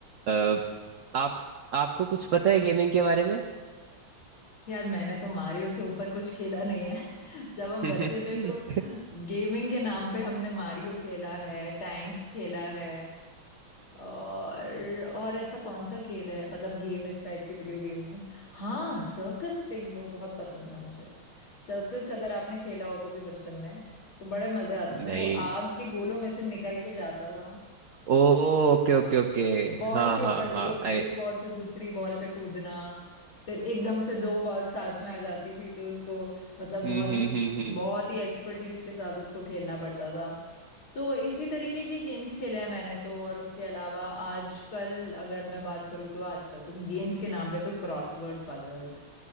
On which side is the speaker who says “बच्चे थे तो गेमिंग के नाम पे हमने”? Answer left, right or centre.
Left